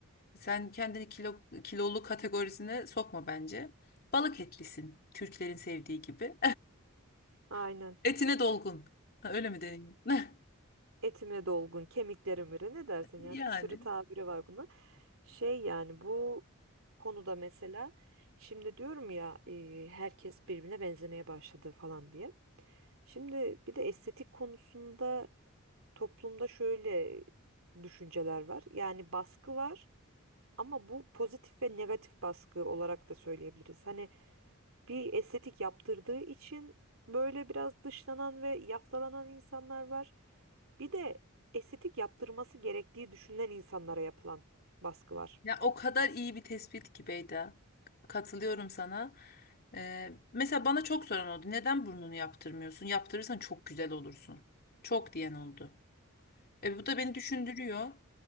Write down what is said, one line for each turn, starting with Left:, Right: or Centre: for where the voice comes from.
Left: Sen kendini kilo, kilolu kategorisine sokma bence. Balık etlisin. Türklerin sevdiği gibi.
Right: Aynen.
Left: <laughs> Etine dolgun. Ha, Öyle mi deniyor? <laughs>
Right: Etime dolgun, kemiklerim iri ne dersin yani
Left: Yani.
Right: bir sürü tabiri var buna. Şey yani bu konuda mesela şimdi diyorum ya e, herkes birbirine benzemeye başladı falan diye. Şimdi bir de estetik konusunda toplumda şöyle düşünceler var. Yani baskı var ama bu pozitif ve negatif baskı olarak da söyleyebiliriz. Hani bir estetik yaptırdığı için böyle biraz dışlanan ve yaftalanan insanlar var. Bir de estetik yaptırması gerektiği düşünülen insanlara yapılan baskı var.
Left: Ya o kadar iyi bir tespit ki Beyda. Katılıyorum sana. Ee, mesela bana çok soran oldu. Neden burnunu yaptırmıyorsun? Yaptırırsan çok güzel olursun. Çok diyen oldu. E bu da beni düşündürüyor.